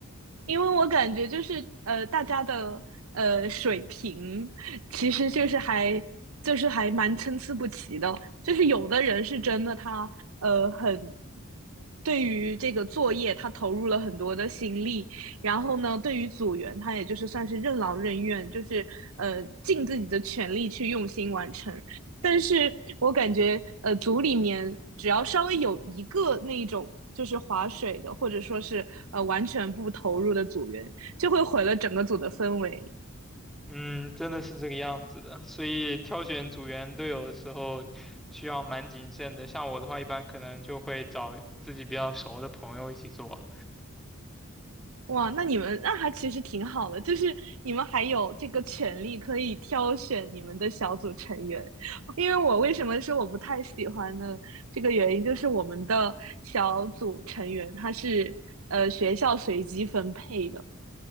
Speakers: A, on the right; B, in the centre.
A: 因为我感觉就是呃，大家的呃水平其实就是还就是还蛮参差不齐的，就是有的人是真的他呃很对于这个作业他投入了很多的心力，然后呢，对于组员他也就是算是任劳任怨，就是呃尽自己的全力去用心完成。但是我感觉，呃，组里面只要稍微有一个那一种就是划水的，或者说是呃完全不投入的组员，就会毁了整个组的氛围。
B: 嗯，真的是这个样子的，所以挑选组员队友的时候需要蛮谨慎的。像我的话，一般可能就会找自己比较熟的朋友一起做。
A: 哇，那你们那还其实挺好的，就是你们还有这个权利可以挑选你们的小组成员。因为我为什么说我不太喜欢呢？这个原因就是我们的小组成员他是呃学校随机分配的，